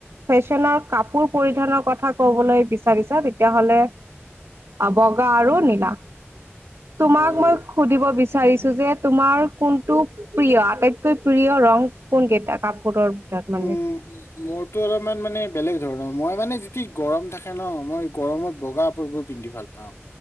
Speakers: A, on the right; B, on the left.
A: ফেশ্বনৰ কাপোৰ পৰিধানৰ কথা কবলৈ বি বিচাৰিছা তেতিয়াহলে বগা আৰু নীলা, তোমাক
B: হয়
A: মই সুধিব বিচাৰিছো যে তোমাৰ কোনটো প্ৰিয়, আটাইতকৈ প্ৰিয় ৰং কোন কেইটা কাপোৰৰ ভিতৰত
B: উম',
A: মানে
B: মোৰতো অলপমান মানে বেলেগ ধৰণৰ মই মানে যদি গৰম থাকে ন মই গৰমত বগা কাপোৰ বোৰ পিন্ধি ভাল পাওঁ